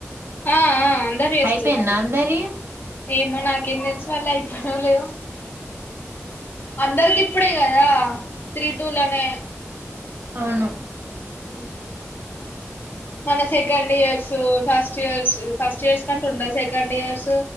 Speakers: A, on the left (about 45°); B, on the right (about 55°).
A: ఆ ఆ అందరూ చెస్తున్నారు
B: అయిపోయిందా అందరి
A: ఏమో నాకేం తెలుసు వాళ్ళవి అయిపోనలేవు అందరికి ఇప్పుడే కదా త్రీ టూ నే
B: అవును
A: ఉ మన second years first years first years కంటూ ఉండ సెకండ్ ఇయర్స్